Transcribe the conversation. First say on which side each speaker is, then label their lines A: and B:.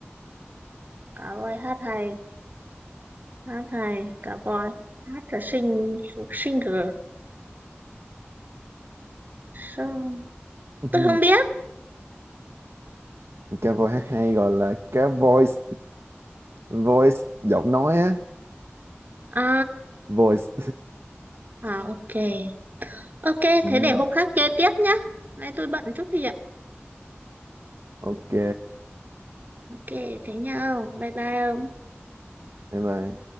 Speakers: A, on the right; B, on the right.
A: Cá voi hát hay. Hát hay. Cá voi. Hát là sing, singer. Song-
B: Ừm,
A: Tôi không biết.
B: cá voi hát hay gọi là cá voice voice giọng nói á
A: À,
B: voice
A: À ok. Ok,
B: ừ,
A: thế để hôm khác chơi tiếp nhá. Nay tôi bận chút việc.
B: ok
A: Ok, thế nhau. Bye bye.
B: bye bye